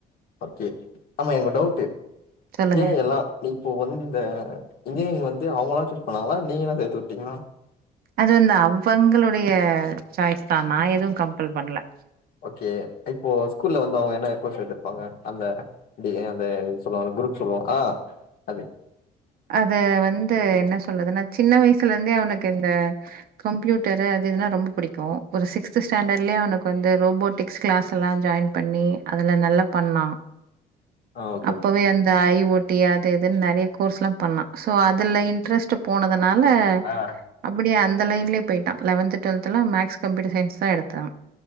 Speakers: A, on the left; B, on the right.
A: ஓகே ஆமா எங்க டவுட்டு
B: சொல்லுங்க.
A: ஏ எல்லா நீ இப்போ வந்த இன்ஜினியரிங் வந்து அவங்களா சூஸ் பண்ணாங்களா நீங்களா சேத்து வுட்டீங்களா
B: அது வந்து அவங்களுடைய சாய்ஸ் தா நா எதுவு கம்பல் பண்ணல
A: ஓகே இப்போ ஸ்கூல்ல வந்து அவங்க என்ன கோர்ஸ் எத்துருப்பாங்க அந்த டி அ பே சொல்லுவாங்ள குரூப் சொல்லுவா ஆ அது
B: அது வந்து என்ன சொல்றது நா சின்ன வயசுல இருந்தே அவனுக்கு இந்த கம்ப்யூட்டரு அது இதுனா ரொம்ப புடிக்கு ஒரு சிக்ஸ்த்து ஸ்டாண்டர்லே அவனுக்கு வந்து ரோபோட்டிக் ஸ் கிளாஸ் எல்லா ஜாயின் பண்ணி அதுல நல்ல பண்ணா
A: ஆ ஓகே
B: அப்பவே
A: ஓகே
B: அந்த ஐ ஓ டி அது இதுன் நறைய கோர்ஸ்ல்லா பண்ணா சோ அதுல இன்ட்ரெஸ்ட்டு போனதுனால
A: அதா வரே
B: அப்புடி அந்த லைன்லே போயிட்டா லவன்த்து டுவெல்த்துலா மேக்ஸ் கம்ப்யூட்டர் சயஸ் தா எடுத்தா